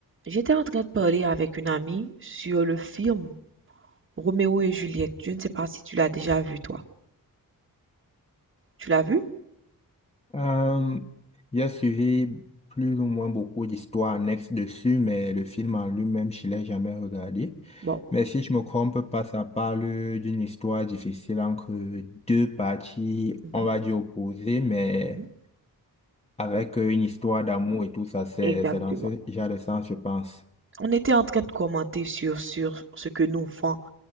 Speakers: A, on the right; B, on the left.
A: J'étais en train de parler avec une amie sur le film Roméo et Juliette. Je ne sais pas si tu l'as déjà vu, toi. Tu l'as vu?
B: Euh, j'ai suivi plus ou moins beaucoup d'histoires annexes dessus, mais le film en lui-même, je ne l'ai jamais regardé.
A: Bon.
B: Mais si je me trompe pas, ça parle d'une histoire difficile entre deux parties,
A: Mhm,
B: on va dire opposées, mais
A: mhm,
B: avec euh, une histoire d'amour et tout ça, c'est,
A: Exactement.
B: c'est dans ce genre de sens, je pense.
A: On était en train de commenter sur, sur ce que nous font